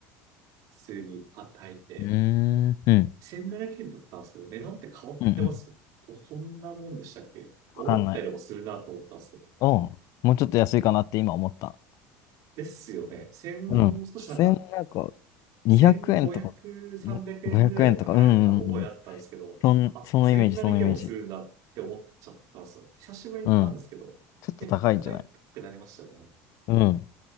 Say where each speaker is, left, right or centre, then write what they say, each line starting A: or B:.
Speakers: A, on the right; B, on the left.
A: 普通にパッと入って、
B: うーん、うん、
A: 1700円だったんですけど、値段って変わってますこ、
B: うんうん。
A: こんなもんでしたっけ思ったよりもするなと思ったんですけど。
B: わかんない。うん。もうちょっと安いかなって今思った。
A: ですよね。1もう少しなんか、
B: うん。1なんか、200円とか、
A: 1500、3円ぐらいで食べられた覚えあったんですけど、
B: ん500円とか、うんうんうん。そん、
A: あ、
B: そのイメージ、
A: 1700円もするんだって思っちゃったんですよ。
B: そのイメージ。
A: 久しぶりに行ったんですけど、
B: うん、ちょっと高いんじゃない
A: え、高くなりましたよね。
B: うん、